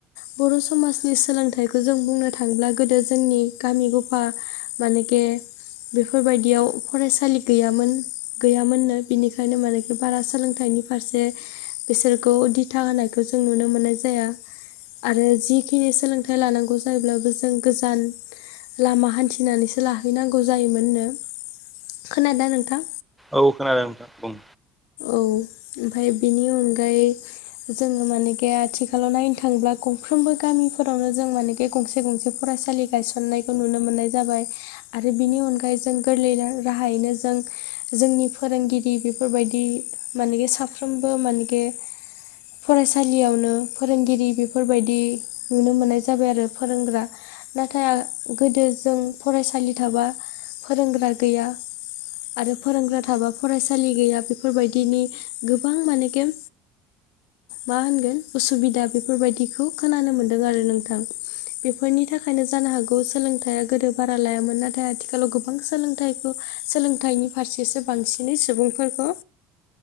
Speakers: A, on the left; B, in the centre.
A: बर' समाजनि सोलोंथाइखौ जों बुंनो थाङोब्ला गोदो जोंनि गामि गफा मानेखे बेफोर बायदियाव फरायसा लि गैयामोन। गैयामोननो बिनिखायनो मानेखि बारा सोलोंथाइनि फारसे बिसोरखौ दिथा होनायखौ जों नुनो मोननाय जाया। आरो जिखिनि सोलोंथाइ लानांगौ जायोब्लाबो जों गोजान लामा हान्थिनानैसो लाहैनांगौ जायोमोननो। खोनादों नोंथां?
B: औ खोनादों नोंथां बुं।
A: औ ओमफ्राय बेनि अनगायै जोङो मानेगे आथिखालाव नायनो थाङोब्ला गंफ्रोमबो गामिफोरावनो जों मानेगे गंसे गंसे फरायसालि गायसननायखौ नुनो मोननाय जाबाय। आरो बिनि अनगायै जों गोरलै राहायैनो जों जोंनि फोरोंगिरि बेफोरबाय दि मानेगे साफ्रोमबो मानेगे फरायसालियावनो फोरोंगिरि बेफोरबायदि नुनो मोननाय जाबाय आरो फोरोंग्रा। नाथाय गोदो जों फरायसालि थाबा फोरोंग्रा गैया आरो फोरोंग्रा थाबा फरायसालि गैया बे बेफोरबायदिनि गोबां माने गे मा होनगोन उसुबिदा बेफोरबायदिखौ खोनानो मोन्दों आरो नोंथां। बेफोरनि थाखायनो जानो हागौ सोलोंथाइ आ गोदो बारा लायामोन नाथाय आथिखालाव गो बां सोलोंथाइखौ सोलोंथाइनि फारसेसो बांसिनै सुबुंफोरखौ